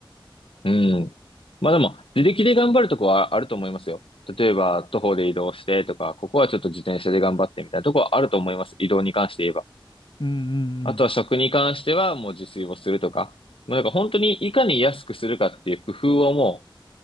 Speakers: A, on the left; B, on the left.
A: うん。まあでも、自力で頑張るとこはあると思いますよ。例えば、徒歩で移動してとか、ここはちょっと自転車で頑張ってみたいなとこはあると思います。移動に関して言えば。
B: うんうん
A: あとは食に関してはもう自炊をするとか。もうなんか本当にいかに安くするかっていう工夫をも